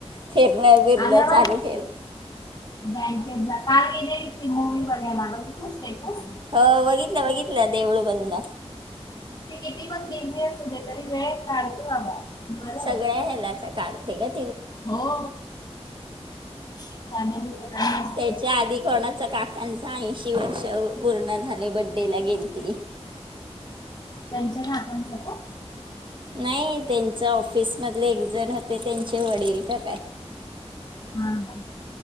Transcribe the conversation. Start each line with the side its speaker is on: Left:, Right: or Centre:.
Right: फिरणं-बीरण
Left: आल्यावर
Right: चालूच आहे.
Left: बँकेत काल गेलेली ती मूवी बघायला. बघितली स्टेटस.
Right: ह बघितलं-बघितलं देऊळं बंद.
Left: किती ती पण बिझनेस कुठे तरी काढत आहे बाबा. बरं आहे
Right: सगळ्या ह्याला आता कार्तिक गत.
Left: हो फॅमिली सगळं मस्त
Right: त्याच्या आधी कोणाचा काकांच ऐंशी वर्ष पूर्ण झाले बड्डे ला गेलते.
Left: त्यांच्या काकांचं का.
Right: नाही त्यांच्या ऑफिस मधले. एक जण होते त्यांच. गेल काय.
Left: हम.